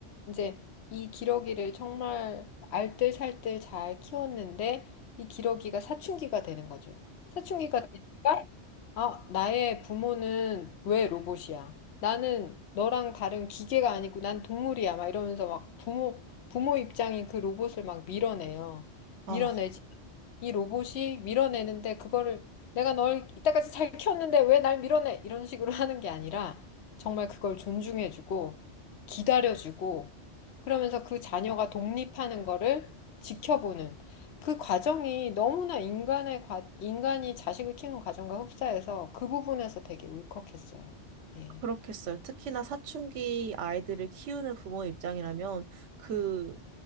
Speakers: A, on the left; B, on the right.
A: 이제 이 기러기를 정말 알뜰살뜰 잘 키웠는데 이 기러기가 사춘기가 되는 거죠. 사춘기가 되니까, 아, 나의 부모는 왜 로봇이야? 나는 너랑 다른 기계가 아니고 난 동물이야. 막 이러면서 막 부모, 부모 입장인 그 로봇을 막 밀어내요.
B: 아,
A: 밀어내지. 이 로봇이 밀어내는데 그거를 내가 널 이때까지 잘 키웠는데 왜 날 밀어내? 이런 식으로 하는 게 아니라 정말 그걸 존중해주고 기다려주고 그러면서 그 자녀가 독립하는 거를 지켜보는 그 과정이 너무나 인간의 과, 인간이 자식을 키우는 과정과 흡사해서 그 부분에서 되게 울컥했어요. 예.
B: 그렇겠어요. 특히나 사춘기 아이들을 키우는 부모 입장이라면 그